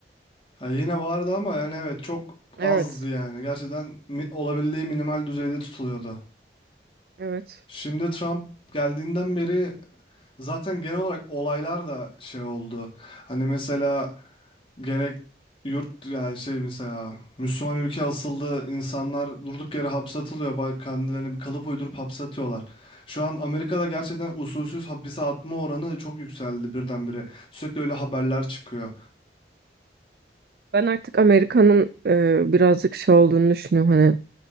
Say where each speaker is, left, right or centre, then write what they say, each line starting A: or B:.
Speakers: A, on the left; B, on the right.
A: Ha, yine vardı ama yani evet çok
B: Evet,
A: azdı yani. Gerçekten mi- olabildiği minimal düzeyde tutuluyordu.
B: evet.
A: Şimdi Trump geldiğinden beri zaten genel olarak olaylar da şey oldu. Hani mesela gerek yurt yani şey mesela Müslüman ülke asıllı insanlar durduk yere hapse atılıyor. Ba- Kendilerine bir kalıp uydurup hapse atıyorlar. Şu an Amerika'da gerçekten usulsüz hapise atma oranı çok yükseldi birdenbire. Sürekli öyle haberler çıkıyor.
B: Ben artık Amerika'nın e, birazcık şey olduğunu düşünüyorum hani